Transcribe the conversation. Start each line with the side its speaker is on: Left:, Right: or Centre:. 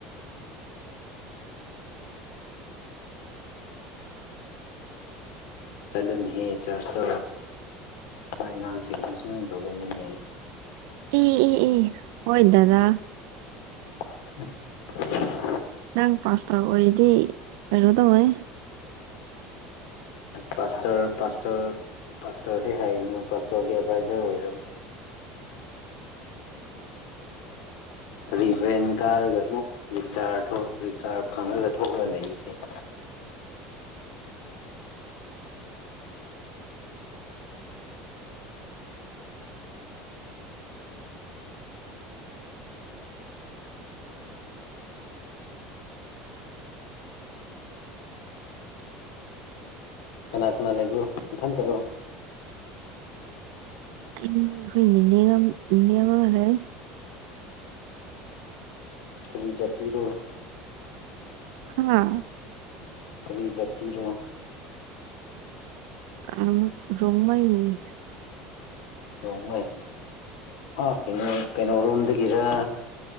Left: ꯆꯠꯂꯅꯤꯍꯦ ꯆꯥꯔꯆꯇꯣ ꯅꯣꯏ ꯑꯉꯥꯡꯁꯤꯡꯗꯤ ꯁꯨꯃꯥꯏꯅ ꯇꯧꯒꯜꯂꯦꯅꯦ
Right: ꯑꯦ ꯑꯦ ꯑꯦ ꯍꯣꯏ ꯗꯗꯥ
Left: <inaudible>
Right: ꯅꯪ ꯄꯥꯁꯇꯔ ꯑꯣꯏꯔꯗꯤ ꯀꯩꯅꯣ ꯇꯧ ꯍꯦ
Left: ꯑꯁ ꯄꯥꯁꯇꯔ ꯄꯥꯁꯇꯔ ꯄꯥꯁꯇꯔꯗꯤ ꯍꯥꯏꯔꯨꯅꯨ ꯄꯥꯁꯇꯔꯒꯤ ꯑꯦꯗꯚꯥꯏꯖꯔ ꯑꯣꯏꯔꯝꯅꯤ ꯔꯤꯚ꯭ꯔꯦꯟ ꯀꯥꯔꯒ ꯑꯃꯨꯛ ꯔꯤꯇꯥ꯭ꯏꯔ ꯊꯣꯛ ꯔꯤꯇꯥ꯭ꯏꯔ ꯐꯪꯉꯒ ꯊꯣꯛꯂ ꯂꯩꯌꯦ ꯀꯩꯅꯣ
Right: <inaudible>
Left: ꯀꯅꯥ ꯀꯅꯥ ꯂꯩꯕ꯭ꯔꯣ ꯅꯊꯟꯇꯔꯣ
Right: ꯑꯩꯅꯦ ꯑꯩꯈꯣꯏ ꯅꯤꯅꯦꯒ ꯅꯤꯅꯦ ꯑꯃꯒ ꯂꯩ
Left: ꯀꯔꯤ ꯖꯥꯇꯤꯔꯣ
Right: ꯍꯥꯥ
Left: ꯀꯔꯤ ꯖꯥꯇꯤꯔꯣ
Right: ꯑꯥ ꯔꯣꯡꯃꯩꯅꯦ
Left: ꯔꯣꯡꯃꯩ ꯑꯥ ꯀꯩꯅꯣ ꯀꯩꯅꯣ ꯔꯣꯝꯗꯒꯤꯔ